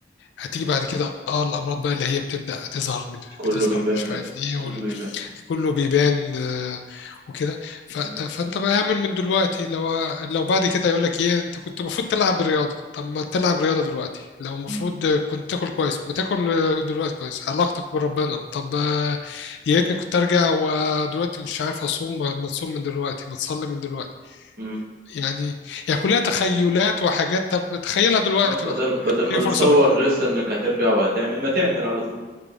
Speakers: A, on the left; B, on the right.
A: هتيجي بعد كده اه الامراض بقى اللي هي بتبدا تظهر من-
B: كله
A: بتظهر
B: بيبان
A: مش
B: بقى
A: عارف ايه
B: كله بيبان
A: كله بيبان آه، وكده فت-
B: مم.
A: فانت بقى اعمل من دلوقتي لو لو بعد كده يقول لك ايه انت كنت المفروض تلعب رياضه طب ما تلعب رياضه دلوقتي لو المفروض
B: مم.
A: كنت تاكل كويس ما تاكل آه، دلوقتي كويس علاقتك بربنا طب آه، يا ريتني كنت ارجع ودلوقتي مش عارف اصوم ما ما تصوم من دلوقتي ما تصلي من دلوقتي
B: مم.
A: يعني يعني كلها تخيلات وحاجات طب تخيلها دلوقتي
B: آه، بدل
A: بقى
B: بدل ما
A: هي
B: تتصور
A: فرصتك
B: لسه انك هترجع وهتعمل ما تعمل على طول